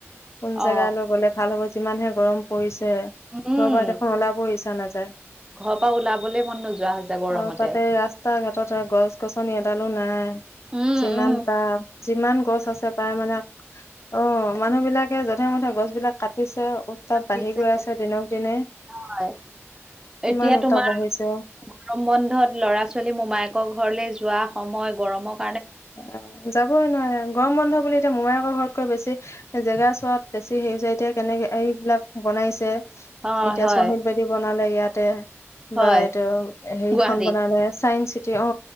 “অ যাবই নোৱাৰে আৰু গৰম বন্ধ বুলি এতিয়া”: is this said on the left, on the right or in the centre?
Left